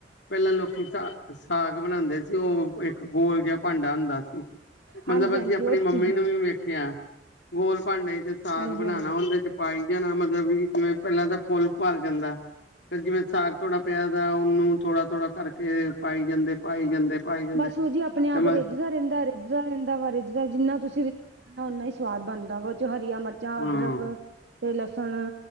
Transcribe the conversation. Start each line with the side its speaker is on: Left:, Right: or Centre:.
Left: ਪੈਲਾਂ ਲੋਕੀ ਸਾ ਸਾਗ ਬਣਾਂਦੇ ਸੀ ਓ ਇੱਕ ਗੋਲ ਜਾ ਭਾਂਡਾ ਹੁੰਦਾ ਸੀ। ਮਤਲਬ
Right: ਹਾਂਜੀ
Left: ਅਸੀਂ
Right: ਹਾਂਜੀ
Left: ਆਪਣੀ
Right: ਉਹ ਚੀਜ਼
Left: ਮੰਮੀ ਨੂੰ ਵੀ ਵੇਖਿਆ ਗੋਲ ਭਾਂਡੇ ਚ ਸਾਗ
Right: ਹਾਂਜੀ
Left: ਬਣਾਣਾ
Right: ਹਾਂਜੀ
Left: ਓਦੇ ਚ ਪਾਈ ਜਾਣਾ ਮਤਲਬ ਵੀ ਜਿਵੇਂ ਪੈਲਾਂ ਤਾਂ ਫੁੱਲ ਭਰ ਜਾਂਦਾ ਫਿਰ ਜਿਵੇਂ ਸਾਗ ਥੋੜਾ ਪਿਆ ਦਾ ਓਨੂੰ ਥੋੜਾ-ਥੋੜਾ ਕਰਕੇ ਪਾਈ ਜਾਂਦੇ ਪਾਈ ਜਾਂਦੇ ਪਾਈ ਜਾਂਦੇ
Right: ਬਸ ਓ ਜੀ ਆਪਣੇ ਆਪ
Left: ਹਮ
Right: ਰਿੱਝਦਾ ਰੈਂਦਾ ਰਿੱਝਦਾ ਰੈਂਦਾ ਵਾ ਰਿੱਝਦਾ ਜਿੰਨਾ ਤੁਸੀਂ ਰਿ ਨਾ ਓਨਾ ਈ ਸਵਾਦ ਬਣਦਾ ਵਾ ਓ ਚ ਹਰੀਆਂ ਮਿਰਚਾਂ,
Left: ਹਮ
Right: ਅਦਰਕ ਤੇ ਲਸਣ